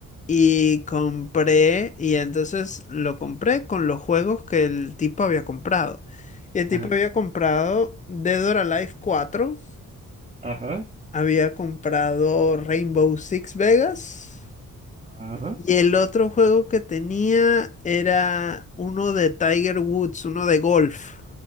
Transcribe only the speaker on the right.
Ajá.
Ajá.
Ajá.